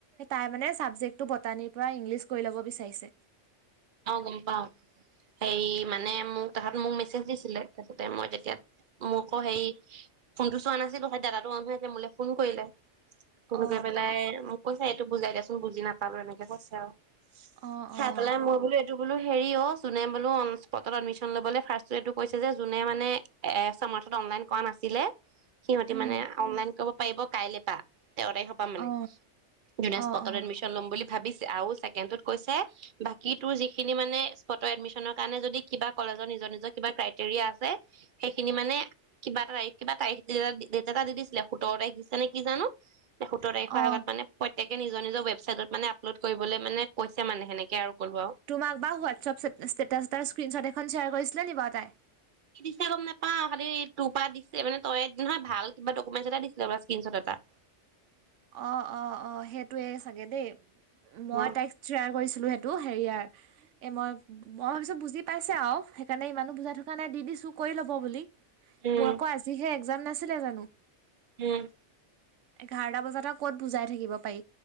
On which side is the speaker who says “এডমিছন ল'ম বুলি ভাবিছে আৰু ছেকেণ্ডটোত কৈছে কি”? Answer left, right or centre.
Right